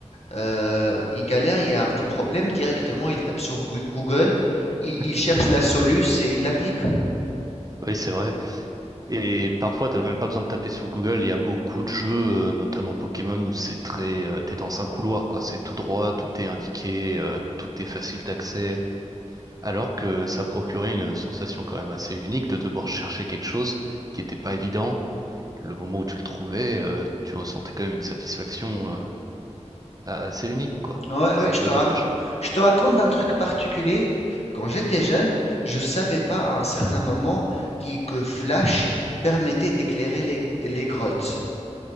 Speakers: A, on the left; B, on the right.
A: euh, il galère il y a un petit problème directement il tape sur Gu- Google il,
B: <laughs>
A: il cherche
B: oui.
A: la soluce et il l'applique
B: Oui, c'est vrai. Et parfois, t'as même pas besoin de taper sur Google. Il y a beaucoup de jeux, euh, notamment Pokémon, où c'est très, euh, t'es dans un couloir, quoi. C'est tout droit, tout est indiqué, euh, tout est facile d'accès. alors que ça procurait une sensation quand même assez unique de devoir chercher quelque chose qui n'était pas évident. Le moment où tu le trouvais, euh, tu ressentais quand même une satisfaction euh, assez unique, quoi.
A: Ouais,
B: C'est
A: ouais,
B: un
A: je
B: peu
A: te rac-
B: dommage.
A: je te raconte un truc particulier. Quand j'étais jeune, je savais pas à un certain moment qui- que Flash permettait d'éclairer les, les grottes.